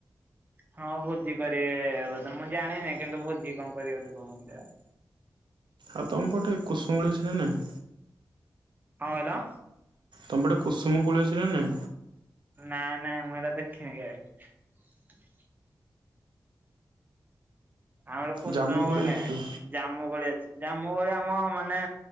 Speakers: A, on the right; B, on the right.
A: ହଁ ଭୋଜି କରିବେ ବୋଧେ ମୁଁ ଜାଣିନି କିନ୍ତୁ ଭୋଜି କଣ କରିବେ ବୋଧେ କହୁଛନ୍ତି ଆଉ।
B: ଆଉ ତମପଟେ କୁସୁମ କୋଳି ଅଛି ନା ନାହିଁ?
A: କଣ କହିଲ?
B: ତମପଟେ କୁସୁମ କୋଳି ଅଛି ନା ନାହିଁ?
A: ନାଇଁ ନାଇଁ ମୁଁ ସେଗୁରା ଦେଖିନି କେବେ। ଆମର କୁସୁମ
B: ଜାମୁ
A: କୋଳି
B: ଦେଖିଥିବ
A: ନାହିଁ। ଜାମୁ କୋଳି ଅଛି ଜାମୁ କୋଳି ଆମ ମାନେ